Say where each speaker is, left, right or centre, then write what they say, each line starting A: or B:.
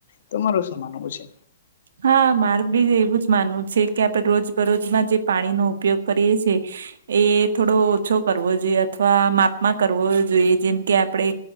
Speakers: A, on the left; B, on the right.
A: તો મારું શું માનવું છે.
B: હા મારે બી એવું જ માનવું છે કે આપડે રોજ બરોજમાં જે પાણીનો ઉપયોગ કરીએ છે. એ થોડો ઓછો કરવો જોઈએ અથવા માપ માં કરવો જોઈએ જેમ કે આપડે